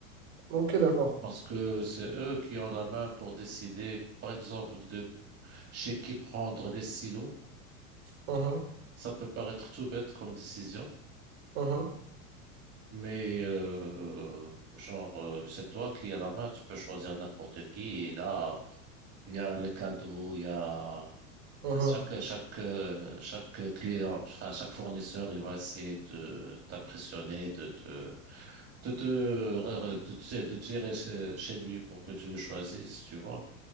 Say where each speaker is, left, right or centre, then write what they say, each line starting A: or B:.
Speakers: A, on the right; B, on the right.
A: Ok, d'accord.
B: parce que c'est eux qui ont la main pour décider, par exemple, de chez qui prendre des silos.
A: Mhm.
B: Ça peut paraître tout bête comme décision,
A: Mhm.
B: mais euh, genre, euh, c'est toi qui as la main, tu peux choisir n'importe qui. Et là, il y a les cadeaux, il y a
A: Mhm.
B: chaque, chaque, euh, chaque client, enfin, chaque fournisseur, il va essayer de t'impressionner, de te, de te, re- re- de te, de te tirer chez chez lui pour que tu le choisisses, tu vois.